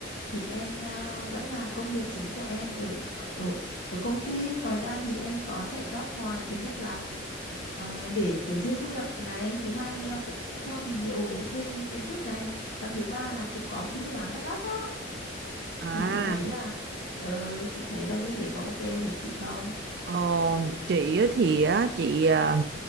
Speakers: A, on the left; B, on the right.
A: thì em ờ, vẫn làm công việc chính của em ở ở, ở ở công ty ngoài ra thì em có chạy job ngoài thứ nhất là ờ, để kiếm thêm thu nhập này thứ hai nữa là cũng cho mình nhiều thêm những kiến thức này và thứ ba là cũng có một cái phương án backup á
B: À,
A: thì chị thấy là ờ, chị thấy là như thế có ok với chị không
B: ờ, chị á thì á, chị à,